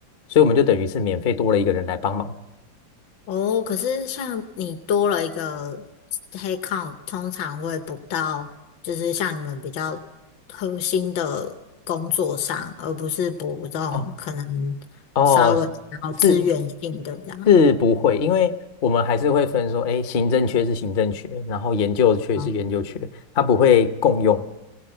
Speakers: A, on the left (about 50°); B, on the left (about 70°).
A: 所以我们就等于是免费多了一个人来帮忙。
B: 哦，可是像你多了一个黑 e 通常会补到，就是像你们比较核心的工作上，而不是补这种可能稍微比较资源性的这样。
A: 哦哦，是是不会，因为我们还是会分说，哎，行政缺是行政缺，然后研究缺是研究缺，
B: 哦
A: 它不会共用。